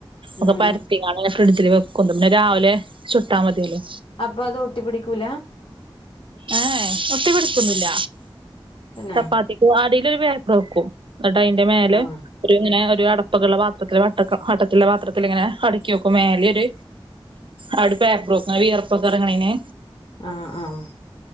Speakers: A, on the left; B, on the right.
A: ഉം
B: ഒക്കെ പര ഫ്രിഡ്ജിൽ വെക്കും രാവിലെ ചുട്ടാ മതിയല്ലോ
A: അപ്പ അത് ഒട്ടി പിടിക്കൂല
B: ഏ ഒട്ടി പിടിക്കുന്നില്ല
A: പിന്നെ
B: ചപ്പാത്തിക്ക അടിലൊരു പേപ്പർ വെക്കും എന്നിട്ട് അതിന്റെ മേലെ
A: ആഹ്
B: ഒരു ഇങ്ങനെ ഒരു അടപ്പകുള്ള പാത്രത്തില്ൽ വട്ട വട്ടത്തിലുള്ള പാത്രത്തിൽ ഇങ്ങനെ അടക്കി വെക്കും മേല ഒരു അവിടെ പേപ്പർ വെക്കും ആ വിയർപ്പൊക്കെറങ്ങ്ണേന്
A: ആഹ് ആഹ്